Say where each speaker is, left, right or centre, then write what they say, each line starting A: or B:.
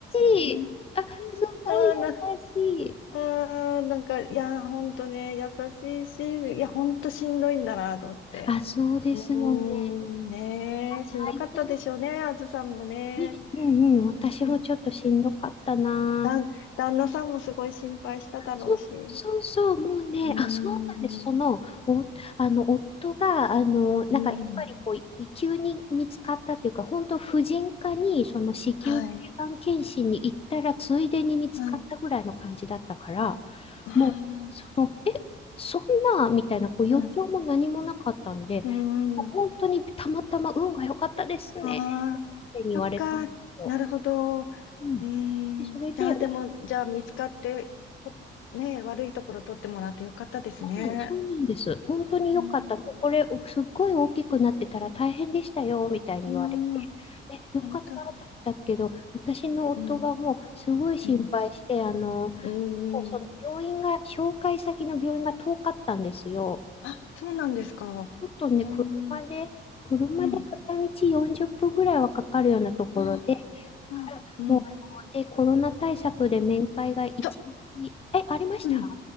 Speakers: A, on the left; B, on the left.
A: しい。
B: ん
A: あ、すごい優しい。
B: あーな、あーなんか、いや、ほんとね、優しいし、いや、ほんとしんどいんだなと思って。
A: あ、そうですよね。
B: うーん、ねえ、しんどかったでしょうね、
A: 大変
B: あずさんもね。
A: ですね。うんうん。私もちょっとしんどかったな。
B: うん、だん、旦那さんもすごい心配しただろうし。
A: そうそうそう、もうね、
B: うーん、
A: あ、そうなんです。その、お、あの、夫が、あの、なんかやっぱりこう、
B: うん、
A: い急に見つかったっていうか、本当婦人科に、その子宮頸がん検診に行ったら、
B: はい。
A: ついでに見つかったぐらいの感じだったから、
B: うん、あ
A: もう、その、え、そんな、みたいな、こう、予兆も何もなかったんで、
B: あ、うん、
A: 本当にたまたま運が良かったですね、
B: うん、ああ、
A: って先生に言われたんですよ。
B: そっか、なるほど。う
A: うん。
B: ーん、
A: で、それで、
B: じゃあでも、
A: 夫、
B: じゃあ見つかって、とねえ、悪いところ取ってもらってよかったですね。
A: そうなん、そうなんです。本当に良かった。
B: うーん、
A: もうこれ、おすっごい大きくなってたら大変でしたよ、みたいに言われて。
B: うん、
A: え、よかったって思ったけど、
B: 本当、
A: 私の夫がもうすごい心配して、
B: うん、うん、
A: あの、
B: うん、
A: 結構その病院が、
B: うん。
A: 紹介先の病院が遠かったんですよ。
B: あ、そうなんですか。
A: ちょっとね、
B: うーん、
A: 車で、車で片道40分ぐらいはかかるようなところで、
B: うん。あ
A: だからもう、
B: あ、うん。
A: あので、コロナ対策で面会が1日、
B: そ、
A: え、ありました
B: うん。